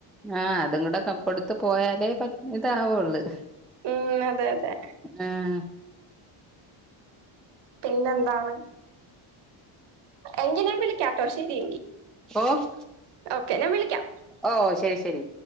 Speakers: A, in the centre; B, on the right.
A: ആഹ് അതും കൂടെ കൊടുത്ത് പോയാലേ പറ്റ ഇതാവുള്ളു
B: ഉം അതെ അതെ
A: ആഹ്
B: പിന്നെന്താണ് എങ്കി ഞാൻ വിളിക്കാട്ടോ ശരിയെങ്കി
A: ഓഹ്
B: ഓക്കെ ഞാൻ വിളിക്കാം
A: ഓ ശരി ശരി